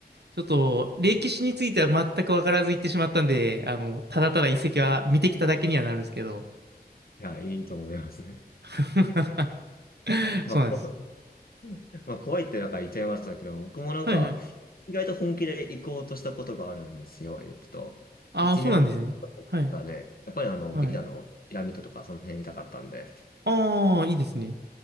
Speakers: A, on the right (about 85°); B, on the left (about 65°).
A: ちょっと、歴史については全くわからず行ってしまったんで、あの、ただただ遺跡は見てきただけにはなるんですけど。
B: いや、いいと思いますね。
A: <laughs>
B: <laughs> まあ、
A: そうなんです。
B: こ <laughs> まあ、怖いってなんか言っちゃいましたけど、僕もなんか、
A: はいはい。
B: 意外と本気で行こうとしたことがあるんですよ、エジプト。
A: ああ、
B: 1年
A: そうなんですね。はい。
B: がね、やっぱりあの、
A: はい。
B: ビザのピラミッドとかその辺見たかったんで、
A: ああ、いいですね。